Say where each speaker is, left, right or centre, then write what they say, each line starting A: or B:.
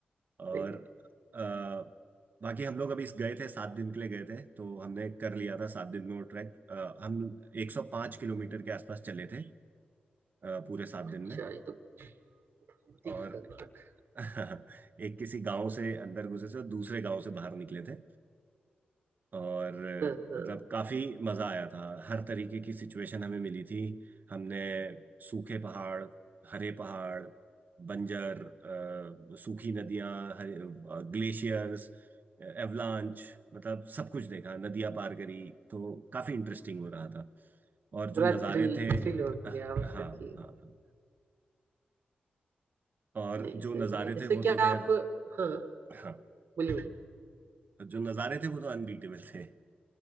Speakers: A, on the right; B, on the right.
A: और
B: सही
A: अ, बाकी हम लोग अभी इस गए थे सात दिन के लिए गए थे तो हमने कर लिया था सात दिन में वो ट्रैक अ, हम 105 किलोमीटर के आसपास चले थे अ, पूरे सात
B: अच्छा
A: दिन में
B: ये तो बहुत
A: और
B: ही खतरनाक
A: <laughs> एक किसी गांव से अंदर घुसे थे दूसरे गांव से बाहर निकले थे और
B: हाँ हाँ
A: मतलब काफी मजा आया था हर तरीके की सिचुएशन हमें मिली थी हमने सूखे पहाड़ हरे पहाड़ बंजर अ, सूखी नदियां हरे ग्लेशियर्स एवलांच मतलब सब कुछ देखा नदियां पार करी तो काफी इंटरेस्टिंग हो रहा था और जो
B: पूरा
A: नज़ारे
B: थ्रिल
A: थे
B: थ्रिल हो
A: हाँ
B: गया मतलब
A: हाँ
B: कि
A: हाँ। और
B: नहीं सही
A: जो नज़ारे
B: है जैसे
A: थे वो
B: क्या
A: तो खैर
B: आप हाँ
A: हाँ
B: बोलिए बोलिए
A: जो नज़ारे थे वो तो अनबीटेबल थे